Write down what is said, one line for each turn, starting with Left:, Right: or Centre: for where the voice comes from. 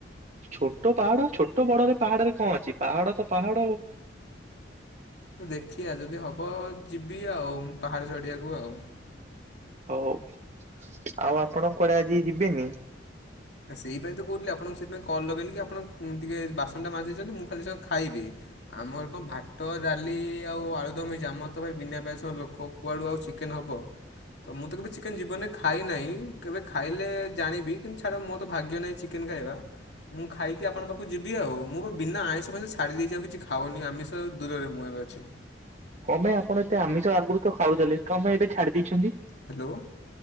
Right: ଛୋଟ ପାହାଡ, ଛୋଟ ବଡରେ ପାହାଡରେ କଣ ଅଛି, ପାହାଡ ତ ପାହାଡ ଆଉ।
Left: ଦେଖିଆ ଯଦି ହବ ଯିବି ଆଉ, ମୁଁ ପାହାଡ ଚଢିବାକୁ ଆଉ।
Right: ହଉ ହଉ ଆଉ ଆପଣ କୁଆଡେ ଆଜି ଯିବେନି।
Left: ସେଇପାଇ ତ କହୁଥିଲି ଆପଣଙ୍କୁ ସେଥିାଇଁ କଲ୍ ଲଗେଇଲି କି ଆପଣ ଟିକେ ବାସନ ଟା ମାଜିି ଦେଇଚନ୍ତି ମୁଁ ଖାଲି ସଙ୍ଗେ ଖାଇବି। ଆମର କଣ ଭାଟ ଡାଲି ଆଉ ଆଳୁଦମ୍ ହେଇଚି ଆମର ତ ଭାଇ ବିନା ପିଆଜରସ ଲୋକ କୁଆଡ଼ୁ ଆଉ ଚିକେନ୍ ହବ। ତ ମୁଁ ତ କେବେ ଚିକେନ ଜୀବନରେ ଖାଇ ନାହିଁ କେବେ ଖାଇଲେ ଜାଣିବି କିନ୍ତୁ ଛାଡ ମୋ ତ ଭାଗ୍ୟ ନାହିଁ ଚିକେନ ଖାଇବା ମୁଁ ଖାଇକି ଆପଣଙ୍କ ପାଖକୁ ଯିବି ଆଉ ମୁଁ ପା ବିନା ଆଇଁଷ ଫାଇଁସ ଛାଡ଼ି ଦେଇଛି ଆଉ କିଛି ଖାଉନି ଆମିଷ ଦୂରରେ ମୁଁ ଏବେ ଅଛି।
Right: କଣ ପାଇଁ ଆପଣ ଏତେ ଆମିଷ ଆଗରୁ ତ ଖାଉଥିଲେ, କଣ ପାଇଁ ଏବେ ଛାଡି ଦେଇଛନ୍ତି?
Left: ହ୍ୟାଲୋ।